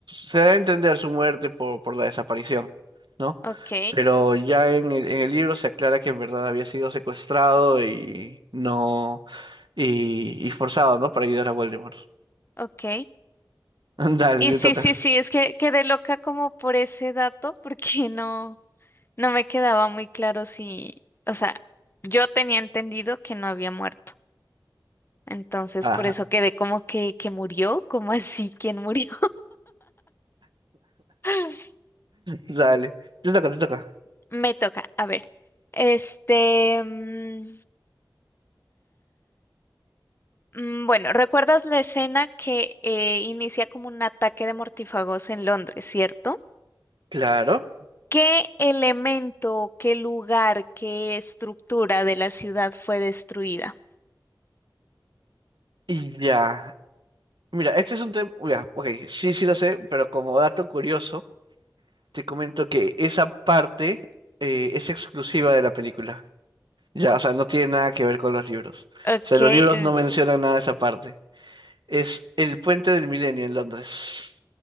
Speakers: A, on the right (about 80°); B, on the left (about 30°).
A: se da a entender su muerte por, por la desaparición, ¿no?
B: Ok,
A: Pero ya en el, en el libro se aclara que en verdad había sido secuestrado y no Y, y forzado, ¿no? Para ayudar a Voldemort.
B: ok.
A: <laughs> Dale,
B: Y
A: te
B: sí,
A: toca.
B: sí, sí, es que quedé loca como por ese dato, porque no, no me quedaba muy claro si, o sea, yo tenía entendido que no había muerto. Entonces,
A: Ajá,
B: por eso quedé como que, que murió, como así, ¿quién murió? <laughs>
A: dale. Te toca, te toca.
B: Me toca, a ver. Este, mm, mm, bueno, ¿recuerdas la escena que eh, inicia como un ataque de mortífagos en Londres, ¿cierto?
A: Claro.
B: ¿Qué elemento, qué lugar, qué estructura de la ciudad fue destruida?
A: Y ya. Mira, este es un tema. Ya, ok. Sí, sí lo sé, pero como dato curioso, te comento que esa parte eh, es exclusiva de la película. Ya, o sea, no tiene nada que ver con los libros.
B: Ok,
A: O sea, los libros
B: es-
A: no mencionan nada de esa parte. Es el puente del milenio en Londres.